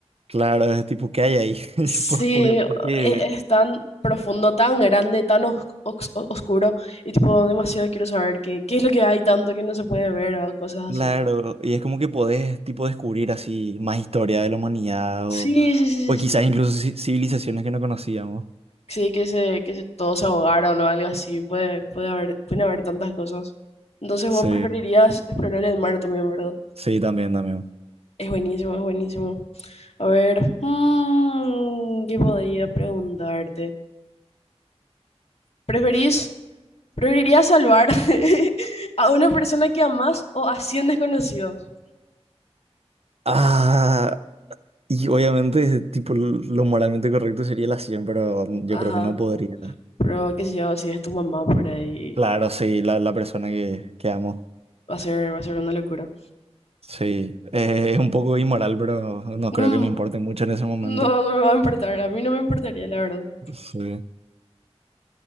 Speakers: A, on the right; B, on the left.
A: Claro, es tipo, ¿qué hay ahí? <laughs>
B: Sí,
A: Por- por-
B: e-
A: Porque,
B: es, tan profundo, tan grande, tan os- os- oscuro, y tipo demasiado quiero saber qué, qué es lo que hay tanto que no se puede ver o cosas así.
A: claro, y es como que podés, tipo, descubrir así más historia de la humanidad
B: Sí,
A: o,
B: sí, sí,
A: o quizás
B: sí. Sí,
A: incluso ci- civilizaciones que no conocíamos.
B: Sí, que se, que se- todos se ahogaron o algo así, puede, puede haber, pueden haber tantas cosas. Entonces vos
A: Sí,
B: preferirías explorar el mar también, ¿verdad?
A: sí, también, también.
B: Es buenísimo, es buenísimo. A ver, mm, ¿qué podría preguntarte? ¿Preferís, preferirías salvar <laughs> a una persona que amás o a 100 desconocidos?
A: Ah, y obviamente, tipo, lo moralmente correcto sería la 100 pero yo
B: Ajá,
A: creo que no podría.
B: pero qué sé yo, si es tu mamá por ahí,
A: Claro, sí, la, la persona que, que amo.
B: va a ser, va a ser una locura.
A: Sí, eh, es un poco inmoral, pero no
B: Mm,
A: creo que me importe mucho en ese momento.
B: no, no me va a importar, a mí no me importaría, la verdad. <laughs>
A: Sí.